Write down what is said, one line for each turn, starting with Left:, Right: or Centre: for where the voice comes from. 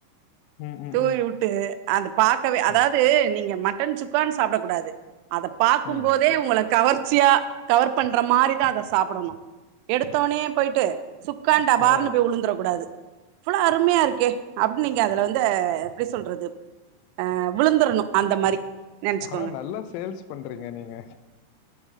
Left: ம், ம்,
Right: தூவி
Left: ம்.
Right: உட்டு அத பாக்கவே அதாவது
Left: ம்,
Right: நீங்க மட்டன் சுக்கான்னு சாப்பிட கூடாது அத பாக்கும்
Left: ம்.
Right: போதே உங்களு கவர்ச்சியா கவர் பண்ற மாரிதா அத சாப்புடணு எடுத்தோன்னே போயிட்டு சுக்கா டபார்னு
Left: ஆ.
Right: உழுந்தரக்கூடாது இவ்ளோ அருமையா இருக்கே அப்டின்னு நீங்க அதுல வந்து எப்டி சொல்றது ஆ விழுந்துரணு அந்த மாரி நெனச்சுக்கோங்க
Left: ஆனா நல்லா சேல்ஸ் பண்றீங்க நீங்க